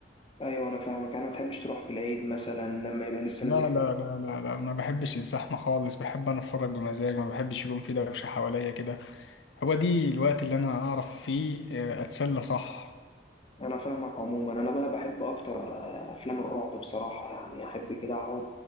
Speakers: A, on the left; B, on the left.
A: ايوه انا فاهمك انا ما بتحبش تروح في العيد مثلا لما يبقى لسه
B: لا
A: نازل فيلم
B: لا لا لا لا ما بحبش الزحمة خالص بحب أنا أتفرج بمزاج ما بحبش يكون في دوشة حواليا كده هو دي الوقت اللي أنا أعرف فيه آه، أتسلى صح
A: انا فاهمك عموما انا بقى بحب اكتر آه، افلام الرعب بصراحه يعني احب كده اقعد